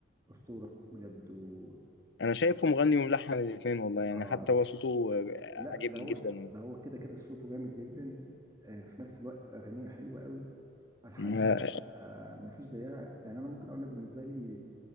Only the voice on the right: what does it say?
أسطورة بجد و...
آه
لا
ده هو
ده هو كده كده صوته جامد جدا آه في نفس الوقت أغانيه حلوة قوي ألحانها
آه مفيش زيها يعني أنا ممكن أقول لك بالنسبة لي